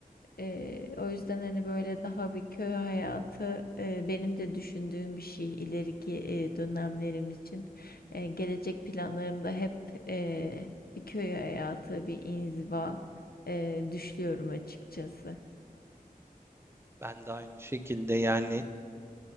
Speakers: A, on the left; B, on the right.
A: E, o yüzden hani böyle daha bir köy hayatı e, benim de düşündüğüm bir şey ileriki e, dönemlerim için. E, gelecek planlarımda hep e, bir köy hayatı, bir inziva e, düşünüyorum açıkçası.
B: Ben de aynı şekilde yani